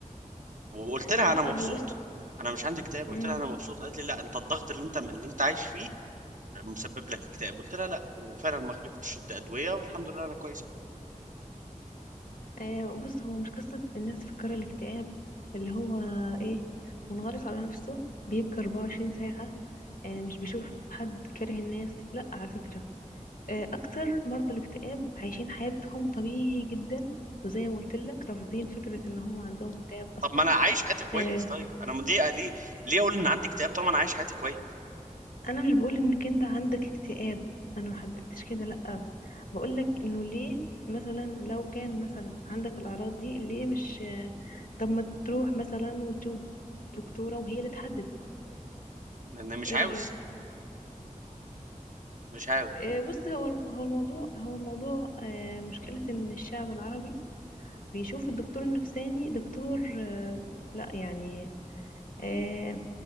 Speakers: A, on the right; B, on the left.
A: وقلت لها
B: لا
A: انا مبسوط
B: هو بص
A: انا مش عندي اكتئاب قلت
B: امم
A: لها انا مبسوط قالت لي لا انت الضغط اللي انت اللي انت عايش فيه مسبب لك اكتئاب قلت لها لا وفعلا ما جبتش الد- ادويه والحمد لله انا كويس اهو
B: آه بص هو مش قصة الناس فكر الاكتئاب اللي هو ايه منغلق على نفسه بيبقى 24 ساعة آه مش بيشوف حد كاره الناس لا على فكرة آه اكتر مرضى الاكتئاب عايشين حياتهم طبيعي جدا وزي ما قلت لك رافضين فكرة ان هم عندهم اكتئاب اصلا
A: طب ما انا عايش حياتي كويس
B: آه،
A: طيب انا م- ليه ليه ليه اقول ان عندي اكتئاب طالما انا عايش حياتي كويس
B: انا مش بقول انك انت عندك اكتئاب انا محددتش كده لا بقولك انه ليه مثلا لو كان مثلا عندك الاعراض دي ليه مش طب ما تروح مثلا وتشوف دكتورة وهي اللي تحدد
A: لان مش
B: ايه
A: عاوز
B: رأيك
A: مش عاوز
B: إيه بص هو هو الموضوع هو الموضوع آه، مشكلة ان الشعب العربي بيشوف الدكتور النفساني دكتور آه، لا يعني آه،